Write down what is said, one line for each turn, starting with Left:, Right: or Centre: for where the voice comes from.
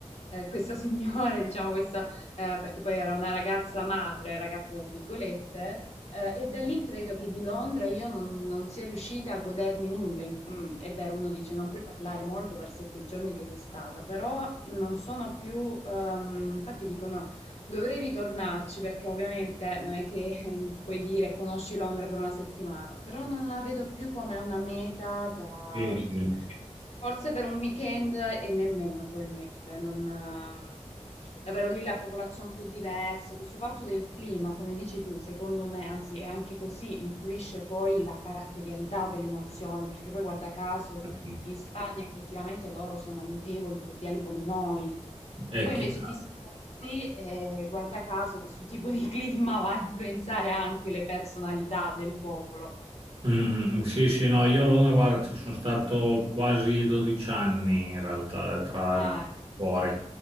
Left: eh, questa signora, <laughs> diciamo, questa, eh, perché poi era una ragazza madre, ragazza tra virgolette, eh, e da lì credo che di Londra io non, non sia riuscita a godermi nulla. In- mm, è vero, uno dice non puoi parlare molto per sette giorni che sei stata, però non sono più, ehm, infatti dico no, dovrei ritornarci perché ovviamente non è che <laughs> puoi dire conosci Londra per una settimana, però non la vedo più come una meta da
Right: sì, sì,
Left: Forse per un weekend e nemmeno probabilmente, non, ehm, davvero lì la popolazione è un po' diversa. Questo fatto del clima, come dici tu, secondo me, anzi è anche così, influisce poi la caratterialità delle nazioni, perché poi guarda caso
Right: infatti.
Left: in Spagna effettivamente loro sono amichevoli, cordiali come noi.
Right: È
Left: Poi
Right: chiaro.
Left: invece ti sposti e guarda caso questo tipo di <laughs> clima va a influenzare anche le personalità del popolo.
Right: Mm, mm, sì, sì, no, io a Londra, guarda, ci sono stato quasi 12 anni in realtà, tra
Left: Ah, ecco.
Right: fuori.